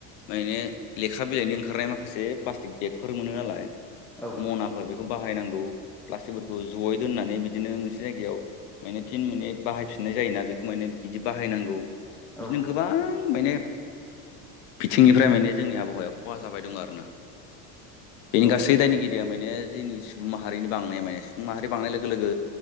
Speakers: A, on the left (about 85°); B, in the centre.
A: माने लेखा बिलाइनि ओंखारनाय माखासे प्लास्टिक बेगफोर मोनो नालाय
B: औ
A: मनाफोर
B: नंगौ
A: बेखौ बाहायनांगौ प्लास्टिकफोरखौ जयै दोननानै बिदिनो मोनसे जायगायाव माने फिन माने बाहायफिननाय जायोना बेखौ माने बिदि बाहायनांगौ बिदिनो
B: औ
A: गोबां माने बिथिंनिफ्राय माने जोंनि आबहावाया खहा जाबाय दं आरोना बेनि
B: औ
A: गासै दायनिगिरिया माने जोंनि सुबुं माहारिनि बांनाया माने सुबुं माहारि बांनाय लोगो लोगो